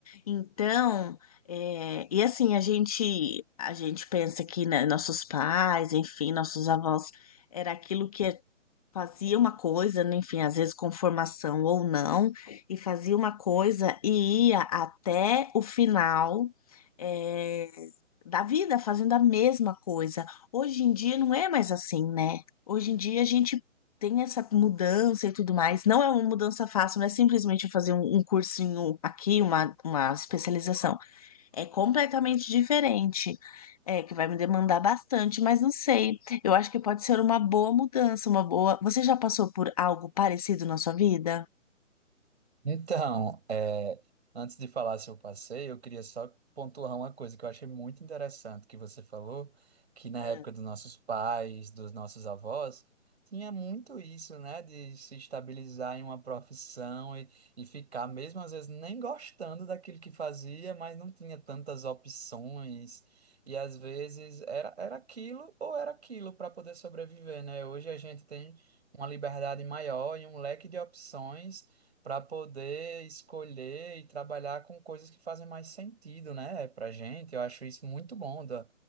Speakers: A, on the left; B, on the right.
A: Então, é, e assim, a gente, a gente pensa que né, nossos pais, enfim, nossos avós, era aquilo que a fazia uma coisa, né, enfim, às vezes com formação ou não, e fazia uma coisa e ia até o final, eh, da vida fazendo a mesma coisa. Hoje em dia não é mais assim, né? Hoje em dia a gente tem essa mudança e tudo mais. Não é uma mudança fácil, não é simplesmente eu fazer um, um cursinho aqui, uma, uma especialização é completamente diferente. É, que vai me demandar bastante, mas não sei. Eu acho que pode ser uma boa mudança, uma boa. Você já passou por algo parecido na sua vida?
B: Então, é, antes de falar seu passeio, eu queria só pontuar uma coisa que eu achei muito interessante que você falou, que na
A: É,
B: época dos nossos pais, dos nossos avós, tinha muito isso, né, de se estabilizar em uma profissão e, e ficar, mesmo às vezes, nem gostando daquilo que fazia, mas não tinha tantas opções. E às vezes era, era aquilo ou era aquilo para poder sobreviver, né? Hoje a gente tem uma liberdade maior e um leque de opções para poder escolher e trabalhar com coisas que fazem mais sentido, né, para gente. Eu acho isso muito bom da,